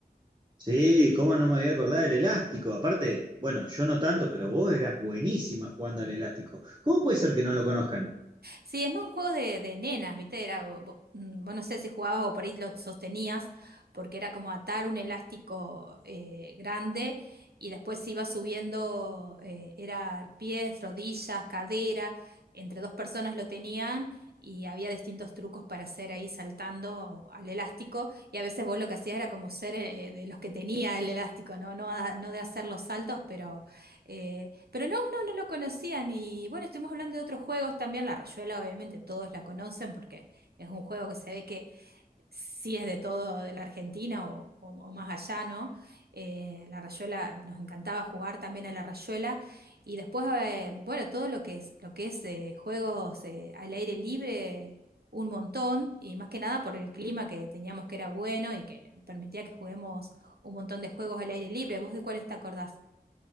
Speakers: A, on the right; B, on the right.
A: Sí, cómo no me había acordado del elástico. Aparte, bueno, yo no tanto, pero vos eras buenísima jugando al elástico. ¿Cómo puede ser que no lo conozcan?
B: Sí, es más un juego de, de nenas, ¿viste? Era, vo- mm, vos no sé si jugabas o por ahí lo sostenías, porque era como atar un elástico eh, grande y después se iba subiendo, eh, era pies, rodillas, cadera, entre dos personas lo tenían y había distintos trucos para hacer ahí saltando al elástico y a veces vos lo que hacías era como ser eh, de los que tenía el elástico, ¿no? No, a- no de hacer los saltos, pero... eh, pero no, no, no lo conocían y bueno, estuvimos hablando de otros juegos también, la Rayuela obviamente todos la conocen porque es un juego que se ve que sí es de todo de la Argentina o, o- o más allá, ¿no? Eh, la Rayuela, nos encantaba jugar también a la Rayuela y después, eh, bueno, todo lo que es, lo que es eh, juegos eh, al aire libre, un montón y más que nada por el clima que teníamos que era bueno y que permitía que juguemos un montón de juegos al aire libre. ¿Vos de cuáles te acordás?